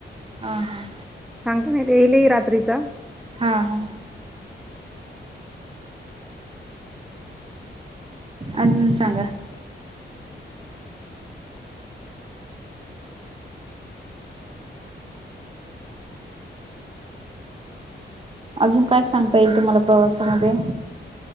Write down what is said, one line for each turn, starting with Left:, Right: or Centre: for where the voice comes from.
Right: अ हा
Centre: सांगता नाही येल रात्रीचा
Right: हा हा अजून सांगा अजून काय सांगता येईल तुम्हाला प्रवासामध्ये